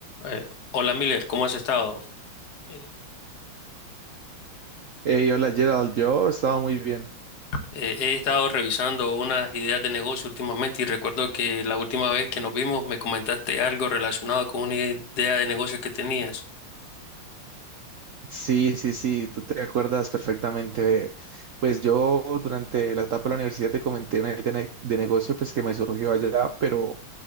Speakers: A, on the left; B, on the right.
A: Eh, hola Miller, ¿cómo has estado? Eh,
B: Hey, hola Gerald, yo estaba muy bien.
A: eh, he estado revisando unas ideas de negocio últimamente y recuerdo que la última vez que nos vimos me comentaste algo relacionado con una idea de negocio que tenías.
B: Sí, sí, sí, tú te acuerdas perfectamente de- pues yo durante la etapa de la universidad te comenté una idea de, ne- de negocio pues que me surgió allá, pero